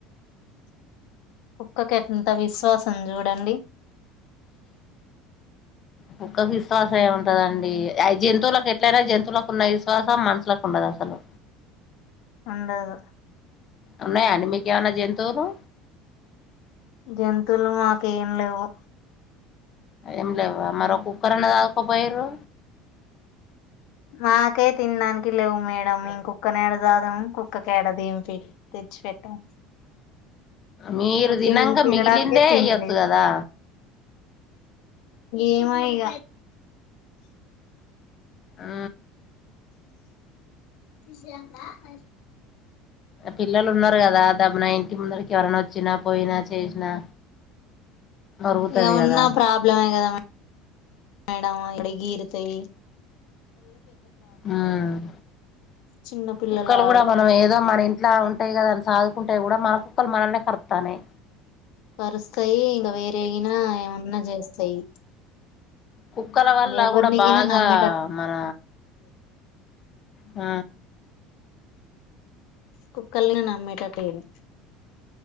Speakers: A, on the left; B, on the left.
A: కుక్కకు ఎంత విశ్వాసం సం చూడండి.
B: కుక్కకు విశ్వాసం ఏ ఉంటదండి. జంతువులకు ఎట్లయినా జంతువులకు ఉన్న విశ్వాసం మనషూలకు ఉండదు. అసలు
A: ఉండదు
B: ఉన్నాయ. అండి మీకు ఏమన్నా జంతువులు
A: జంతువులు మాకు ఏం లేవు
B: ఎం లేవు మరో కుక్కను అన్న సదుకో పొయ్యిరు.
A: మాకే తినాడానికి లేవు. మేడం మెం కూక్కను ఏడ జాదుము కుక్కకు ఏడదింపి తెచ్చి పెట్టాం.
B: మీరు
A: మాకు
B: తినంగా
A: తి తినడానికే
B: మిగిలిందే
A: తిండి
B: ఏయ్యొచ్చు
A: లేదు
B: గాదా
A: ఏమో ఇగ
B: హ్
A: జ ప
B: పిల్లలు ఉన్నారు. కదా డబ్భు న ఇంటికి ముందరికి ఎవరనా వచ్చినా పోయినా చేసినా మరుగుతది
A: ఇగా ఉన్నా
B: కదా
A: ప్రాబ్లమే కదా మేడం హా ఈడ గిరుతై
B: హ్
A: చిన్న పిల్లలు
B: కుక్కలు కూడా
A: ఆడుత
B: మనం ఏదో మన ఇంట్ల ఉంటాయి. కదా ని సాదుకుంటే కూడా మనకు <unintelligible> మనల్న్లె కర్తన్నాయి
A: కరుస్తాయి. ఇంగా వేరే ఆయినా ఏమాన్నా జేస్తాయి.
B: కుక్కల వల్ల
A: ఎవరినిగిన
B: కూడా బాగా
A: నమ్మేటట్లేదు
B: మన ఆ
A: కుక్కల్లి నమ్మే టట్టు లేదు.